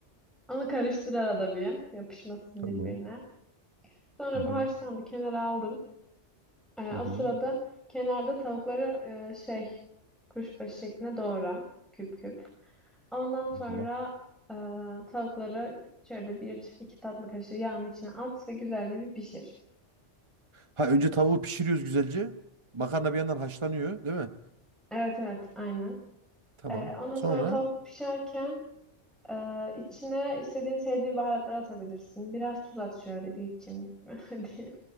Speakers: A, in the centre; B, on the right.
A: Onu karıştır arada bir. Yapışmasın
B: Tamam.
A: birbirine. Sonra
B: Hı-hı.
A: bu haşlandı. Kenara aldın. Ee,
B: Hı-hı.
A: o sırada kenarda tavukları e, şey kuşbaşı şeklinde doğra. Küp küp. Ondan sonra
B: Allah.
A: e, tavukları şöyle bir iki tatlı kaşığı yağın içine at ve güzelce bir pişir.
B: Ha önce tavuğu pişiriyoruz güzelce. Makarna bir yandan haşlanıyor, değil mi?
A: Evet evet aynen.
B: Tamam.
A: E, ondan
B: Sonra
A: sonra tavuk pişerken e, içine istediğin sevdiğin baharatları atabilirsin. Biraz tuz at şöyle bir çimdik mi <laughs> diyeyim.